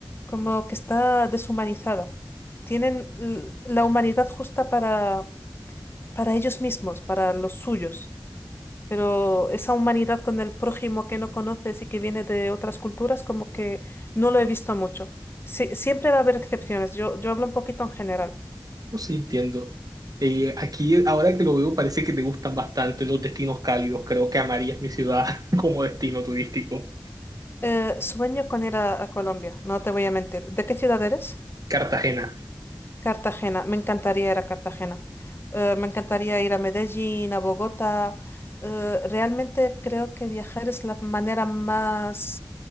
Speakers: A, on the left; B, on the right.
A: como que está deshumanizada. Tienen l- la humanidad justa para, para ellos mismos, para los suyos. Pero esa humanidad con el prójimo que no conoces y que viene de otras culturas, como que no lo he visto mucho. Sí, siempre va a haber excepciones. Yo, yo hablo un poquito en general.
B: no sé, entiendo. Eh, aquí, ahora que lo veo, parece que te gustan bastante los destinos cálidos. Creo que amarías mi ciudad <laughs> como destino turístico.
A: Eh, sueño con ir a, a Colombia, no te voy a mentir. ¿De qué ciudad eres?
B: Cartagena.
A: Cartagena. Me encantaría ir a Cartagena. Eh, me encantaría ir a Medellín, a Bogotá. Eh, realmente creo que viajar es la manera más